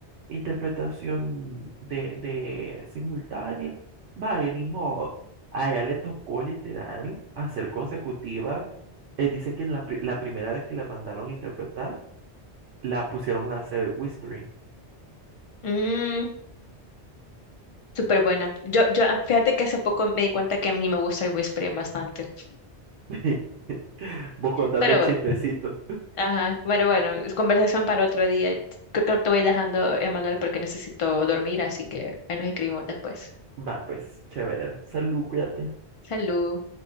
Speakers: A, on the right; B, on the left.
A: interpretación de, de simultánea. Vaya, ni modo. A ella le tocó literal hacer consecutiva. Él dice que en la, pri- la primera vez que la mandaron a interpretar, la pusieron a hacer whispering.
B: Ujú. Súper buena. Yo, yo, ah, fíjate que hace poco me di cuenta que a mí me gusta el whispering bastante.
A: <laughs> Vos contando
B: Pero
A: chispecitos.
B: bueno, ajá, pero bueno, es conversación para otro día. Creo que te voy dejando, Emanuel, porque necesito dormir, así que ahí nos escribimos después.
A: Va, pues, chévere. Salud, cuídate.
B: Salud.